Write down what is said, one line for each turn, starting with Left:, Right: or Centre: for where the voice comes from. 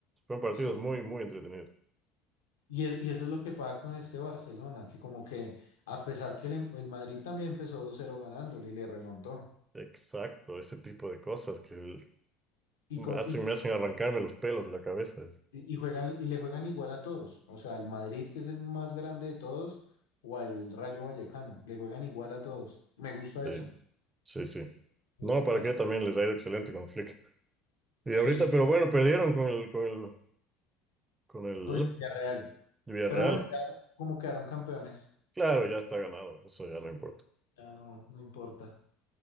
Right: Fueron partidos
Left: estuvo-
Right: muy, muy entretenidos.
Left: Y, e- y eso es lo que pasa con este Barcelona, que como que a pesar que el, el Madrid también empezó dos cero ganándole y le remontó.
Right: Exacto, ese tipo de cosas que el-
Left: Y, como,
Right: hacen-
Left: y,
Right: me hacen arrancarme los pelos de la cabeza.
Left: y juegan, y le juegan igual a todos. O sea, al Madrid, que es el más grande de todos, o al Rayo Vallecano, le juegan igual a todos. Me gusta
Right: Sí.
Left: eso.
Right: Sí, sí. No,
Left: Un equipo
Right: para
Left: ata-
Right: qué también les ha ido excelente con Flick. Y
Left: Sí,
Right: ahorita,
Left: sí,
Right: pero bueno, perdieron con el, con el, con el
Left: con el Villarreal.
Right: Villarreal.
Left: Pero bueno, ya como quedaron campeones,
Right: Claro, ya está ganado, eso ya no importa.
Left: ya no, no importa.